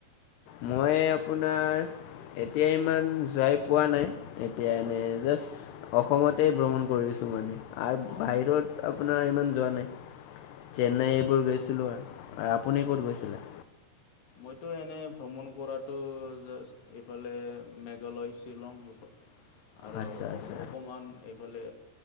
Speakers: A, on the left; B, on the left.
A: মই আপোনাৰ এতিয়া ইমান যোৱাই পোৱা নাই। এতিয়া
B: হয়
A: এনে জাষ্ট অসমতে ভ্ৰমণ কৰিছো মানে, আৰু
B: অঁ
A: বাহিৰত আকৌ আপোনাৰ ইমান যোৱা নাই। চেন্নাই এইবোৰ গৈছিলোঁ আৰু, আপুনি
B: অঁ
A: ক'ত গৈছিলে?
B: মইতো এনে ভ্ৰমণ কৰাতটো জাষ্ট এইফালে মেঘালয়, শ্বিলং এই আৰু
A: আচ্ছা আচ্ছা
B: অকণমান এইফালে